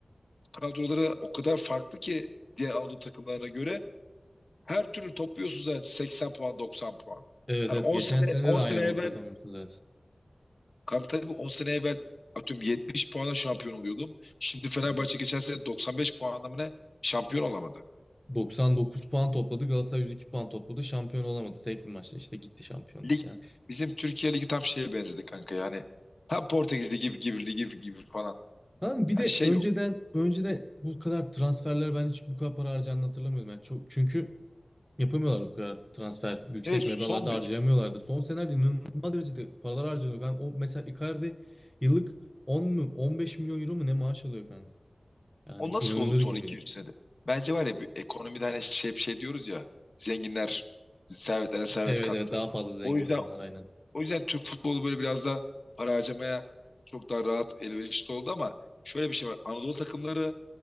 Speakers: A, on the left; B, in the centre.
A: kadroları o kadar farklı ki diğer Anadolu takımlarına göre her türlü topluyorsunuz zaten 80 puan 90 puan.
B: Evet
A: Hani
B: evet
A: 10
B: geçen
A: sene
B: sene
A: 10
B: de aynı
A: sene
B: muhabbet
A: evvel
B: olmuştu zaten.
A: kanka tabii 10 sene evvel atıyorum 70 puana şampiyon oluyordun. Şimdi Fenerbahçe
B: Hı hı.
A: geçen sene 95 puanla mı ne şampiyon olamadı.
B: 99 puan topladı. Galatasaray 102 puan topladı. Şampiyon olamadı. Tek bir maçta işte gitti şampiyonluk
A: Lig
B: yani.
A: bizim Türkiye Ligi tam şeye benzedi kanka yani tam Portekiz Ligi gibi gibi ligi gibi falan.
B: Kanka bir
A: Hani
B: de
A: şey
B: önceden
A: yok.
B: önceden bu kadar transferler ben hiç bu kadar para harcandığını hatırlamıyorum. Yani çok, çünkü yapamıyorlar bu kadar transfer. Yüksek
A: Evet
B: meblağlarda
A: son
B: harcayamıyorlardı. Son senelerde inanılmaz derecede paralar harcanıyor. Ben o mesela Icardi yıllık 10 mu 15 milyon euro mu ne maaş alıyor kanka. Yani
A: O nasıl
B: inanılır
A: oldu son
B: gibi
A: 200
B: değil.
A: senede? Bence var ya bir ekonomide hani şey hep şey diyoruz ya zenginler servetlerine servet
B: Evet
A: kattı.
B: evet daha fazla zengin
A: O yüzden
B: oldular aynen.
A: o yüzden Türk futbolu böyle biraz da para harcamaya çok daha rahat elverişli oldu ama şöyle bir şey var. Anadolu takımları